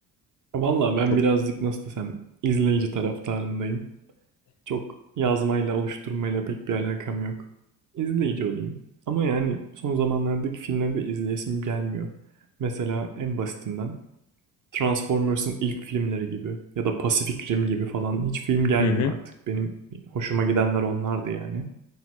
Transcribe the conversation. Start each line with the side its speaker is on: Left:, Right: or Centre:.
Right: Valla ben
Left: Çok
Right: birazcık nasıl desem izleyici taraftarındayım. Çok yazmayla oluşturmayla pek bir alakam yok. İzleyici olayım. Ama yani son zamanlardaki filmleri de izleyesim gelmiyor. Mesela en basitinden Transformers'ın ilk filmleri gibi ya da Pacific Rim gibi falan hiç film gelmiyor
Left: Hı hı.
Right: artık. Benim hoşuma gidenler onlardı yani.